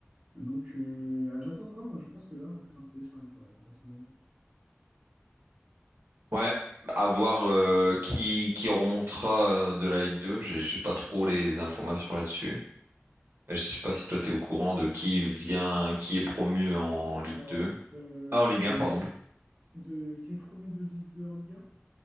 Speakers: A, on the right; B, on the right.
A: Donc euh, j'attends de voir, moi je pense que le Havre peut s'installer sur la durée, hein, personnellement.
B: Ouais, à voir euh, qui, qui remontera euh, de la Ligue 2. J'ai j'ai pas trop les informations là-dessus. Je sais pas si toi t'es au courant de qui vient, qui est promu en Ligue
A: Alors,
B: 2.
A: euh,
B: Ah, en Ligue
A: en-
B: 1, pardon.
A: de, qui est promu de Ligue 2 en Ligue 1.